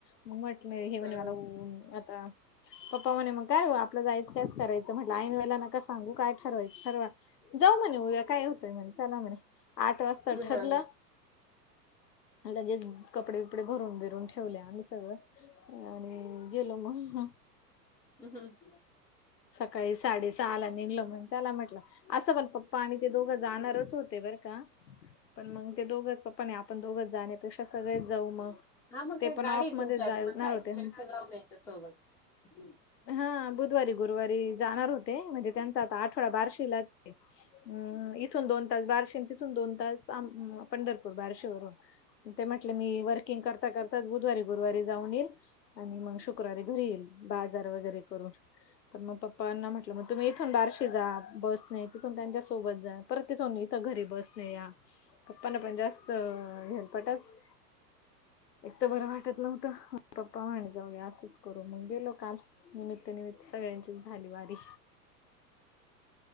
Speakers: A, on the left; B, in the centre.
A: मग म्हटलं हे म्हण
B: हा
A: मला ऊन आता पप्पा म्हणे मग काय आपलं जायचं कायच करायचं म्हटलं ऐन वेळेला नका सांगू काय ठरवायचं ठरवा. जाऊ म्हणे उद्या काय होतोय म्हणे चला म्हणे आठ वाजता
B: हा
A: ठरलं लगेच कपडे बिपडे भरून भिरून ठेवले आम्ही सगळं आणि गेलो मग.
B: <inaudible>
A: सकाळी साडे सहाला निघलो म्हण चला म्हटलं. असं पण पप्पा आणि ते दोघं जाणारच होते बरं का पण मग ते दोघंच पप्पाने आपण दोघच जाण्यापेक्षा सगळेच जाऊ मग.
B: हा मग
A: ते
B: काय
A: पण
B: गाडी
A: ऑफ
B: आहे
A: मध्ये
B: तुमच्या
A: जाणार
B: आधी मग काय
A: होते
B: सगळे जाऊन यायच्या सोबत.
A: हा बुधवारी गुरुवारी जाणार होते म्हणजे त्यांचा आता आठवडा बार्शीला म् इथून दोन तास बारशी तिथून दोन तास आम पंढरपूर बारशीवरून ते म्हटले मी वर्किंग करता कर बुधवारी गुरुवारी जाऊन येईल आणि मग शुक्रवारी घरी येईल बाजार वगैरे करून. तर मग पप्पांना म्हटलं मग तुम्ही इथून बारशी जा बस नाही तिथून त्यांच्या सोबत जा परत तिथून इथ घरी बसण या. पप्पाना पण जास्त हेलपाटच. एक तर बरं वाटत नव्हतं पप्पा म्हण जाऊया असंच करू मग गेलो काल. निमित्त निमित्त सगळ्यांचीच झाली वारी.